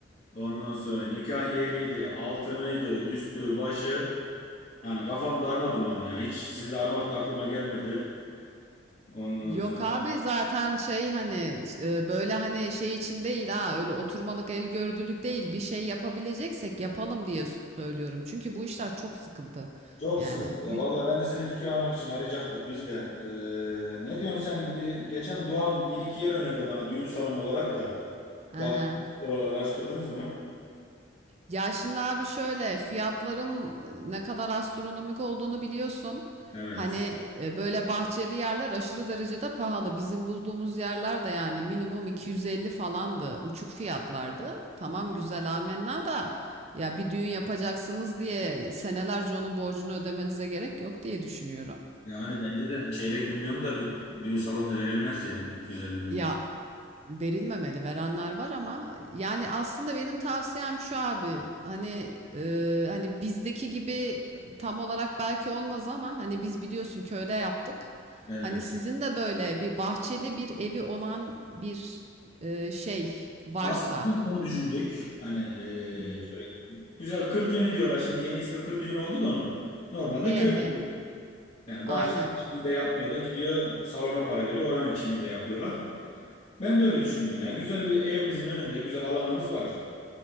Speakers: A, on the left (about 35°); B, on the right (about 35°).
A: Ondan sonra nikah yeriydi. Altınıydı. Üstü, başı. Yani kafam darma duman ya. Hiç sizi de aramak da aklıma gelmedi. Ondan
B: Yok
A: sonra.
B: abi zaten şey hani e, böyle hani şey için değil ha öyle oturmalık el gördülük değil bir şey yapabileceksek yapalım diye söylüyorum. Çünkü bu işler çok sıkıntı
A: Çok
B: yani.
A: sıkıntı
B: Yüz...
A: ya. Vallahi ben de seni fikir almak için arayacaktık biz de. Ee, ne diyorsun sen? Bir, geçen Doğan bir iki yer önerdi bana düğün salonu olarak da.
B: Aha.
A: Bak. Sıralar araştırdınız mı?
B: Ya şimdi abi şöyle fiyatların ne kadar astronomik olduğunu biliyorsun.
A: Evet.
B: Hani e, böyle bahçeli yerler aşırı derecede pahalı. Bizim bulduğumuz yerler de yani minimum 250 falandı. Uçuk fiyatlardı. Tamam güzel amenna da ya bir düğün yapacaksınız diye senelerce onun borcunu ödemenize gerek yok diye düşünüyorum.
A: Yani bence de çeyrek milyon da bir düğün salonuna verilmez ya 250 bin.
B: Ya Verilmemeli. Verenler var ama yani aslında benim tavsiyem şu abi. Hani e, hani bizdeki gibi tam olarak belki olmaz ama hani biz biliyorsun köyde yaptık.
A: Evet.
B: Hani sizin de böyle bir bahçeli bir evi olan bir e, şey varsa.
A: Aslında biz de onu düşündük. Hani eee,
B: Hı.
A: şöyle güzel kır düğünü diyorlar şimdi yeni ismi kır düğünü oldu da onun. Normalde
B: He
A: köy
B: he.
A: düğünü. Yani
B: Aynen.
A: bahçenin çiminde yapmıyor da gidiyor salona para veriyor oranın çiminde yapıyorlar. Ben de öyle düşündüm ya. Güzel bir evimizin önünde güzel alanımız var.